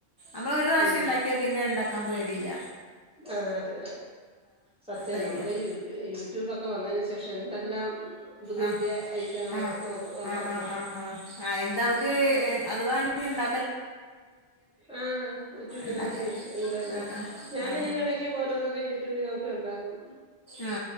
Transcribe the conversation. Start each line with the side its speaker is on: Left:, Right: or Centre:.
Left: അമ്മ ഒരു പ്രാവശ്യം
Centre: ഉം
Left: ഉണ്ടാക്കിയാ പിന്നെ ഉണ്ടാ ക്കാൻ പേടില്ല
Centre: ആഹ് അത് സത്യം
Left: ധൈര്യമാണ്
Centre: നമ്മള് യൂട്യൂ യൂട്യൂബ് ഒക്കെ വന്നെന് ശേ പക്ഷെ എന്തെല്ലാം പുതിയ
Left: ആഹ്
Centre: പുതിയ ഐറ്റങ്ങള്
Left: ആഹ്
Centre: നോക്ക് ഉണ്ടാക്കും
Left: ആഹ് ആഹ് ആഹ് ആഹ് എന്താ നമുക്ക് അഥവാ നീ ഇണ്ട
Centre: ആ യൂട്യൂബി
Left: ഉണ്ടാക്കാം
Centre: നോക്കി ഇണ്ടല്ല
Left: ആ ആ
Centre: ഞാൻ
Left: ആ
Centre: ഇങ്ങനെ എടകൊക്കെ ഓരോന്നൊക്കെ യൂട്യൂബിൽ നോ ഉണ്ടാക്കും
Left: ആ